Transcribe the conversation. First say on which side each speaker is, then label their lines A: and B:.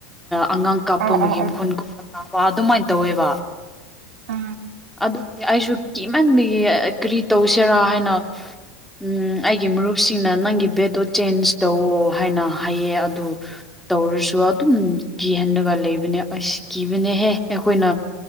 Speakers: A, in the centre; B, on the right (about 80°).
A: ꯑꯉꯥꯡ ꯀꯥꯞꯄ
B: ꯑꯣ
A: ꯑꯃꯒꯤꯒꯤ
B: ꯑꯣ ꯑꯣ
A: ꯃꯈꯨꯟꯒꯨꯝꯕ ꯀꯥꯕ ꯑꯗꯨꯃꯥꯏꯅ ꯇꯧꯋꯦꯕ
B: ꯎꯝ
A: ꯑꯗꯨ ꯑꯩꯁꯨ ꯀꯤꯃꯟ ꯀꯔꯤ ꯇꯧꯁꯤꯔꯥ ꯍꯥꯏꯅ ꯎꯝ ꯑꯩꯒꯤ ꯃꯔꯨꯞꯁꯤꯡꯅ ꯅꯪꯒꯤ ꯕꯦꯗꯣ ꯆꯦꯟꯖ ꯇꯧꯋ ꯍꯥꯏꯅ ꯍꯥꯏꯌꯦ ꯑꯗꯨ ꯇꯧꯔꯁꯨ ꯑꯗꯨꯝ ꯀꯤꯍꯟꯂꯒ ꯂꯩꯕꯅꯦ ꯑꯁ ꯀꯤꯕꯅꯦꯍꯦ ꯑꯩꯈꯣꯏꯅ